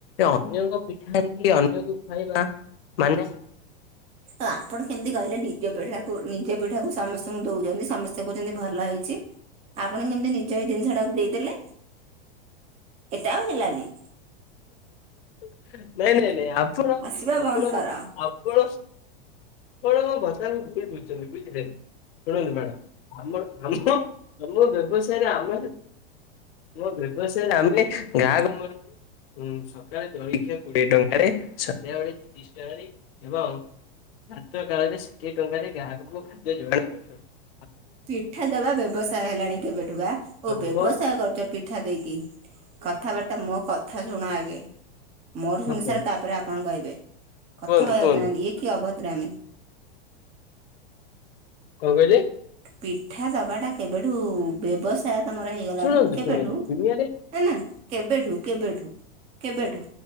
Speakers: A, on the left; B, on the right.
A: ଅନ୍ୟ ପିଠା ଅନ୍ୟ ଖାଇବା ମାନେ
B: ଆପଣ କେମିତି କହିଲେ ନିଜ ପିଠାକୁ ନିଜ ପିଠାକୁ ସମସ୍ତଙ୍କୁ ଦଉଛନ୍ତି ସମସ୍ତେ କହୁଛନ୍ତି ଭଲ ହେଇଛି। ଆପଣ କେମିତି ନିଜ ଏଇ ଜିନିଷ ଟାକୁ ଦେଇ ଦେଲେ। ଏଟା ଆଉ ହେଲାନି।
A: <unintelligible> ନାଇଁ ନାଇଁ ନାଇଁ ଆପଣ
B: ହସିବା
A: ଆପଣ
B: ବନ୍ଦ କର।
A: ଆପଣ କଣଣ ବଷାକୁ ଘୁମ ବୁଝୁଛନ୍ତି ବୁଝିଲେ। ଶୁଣନ୍ତୁ ମ୍ୟାଡ଼ା ଆମ ଆମ ଆମ ବ୍ୟବସାୟରେ ଆମ ଆମ ବ୍ୟବସାୟରେ ଆମେ ଗ୍ରାହକ ମାନଙ୍କୁ ସକାଳେ ଜଳଖିଆ କୋଡିଏ ଟଙ୍କାରେ ସନ୍ଧ୍ୟା ବଳେ ତିରିଶ ଟଙ୍କାରେ ଏବଂ ରାାତ କାଳରେ ଷାଠିଏ ଟଙ୍କାରେ ଗ୍ରାକ ଖାଦ୍ୟ ଯୋଗଣ କର
B: ପିଠା ଦବା ବ୍ୟବସାୟ ହେଲାଣି କେବେଠୁ ବା ଓ
A: ଆବ
B: ବ୍ୟବସାୟ କରୁଛ ପିଠା ଦେଇକି କଥାବାର୍ତ୍ା ମୋ କଥା ଶୁଣ ଆଗେ। ମୋର
A: କୁହନ୍ତୁ
B: ଶୁଣି ସାର ତାପରେ ଆପଣ କହିବେ। କଥା
A: କୁହନ୍ତୁ
B: କହିବାକୁ
A: କଣ
B: ଚାହାନ୍ତି ଇଏ କି ଅଭଦ ଗ୍ରାମେ
A: କଣ କହିଲେ?
B: ପିଠା ଦବାଟା କେବେଠୁ ବ୍ୟବସାୟ ତମର ହେଇଗଲାଣି
A: ଶୁଣନ୍ତୁ
B: କେବେଠୁ
A: ଶୁଣନ୍ତୁ
B: ନାଇ
A: ଦୁନିଆରେ
B: ନା କେବେଠୁ କେବେଠୁ। କେବେଠୁ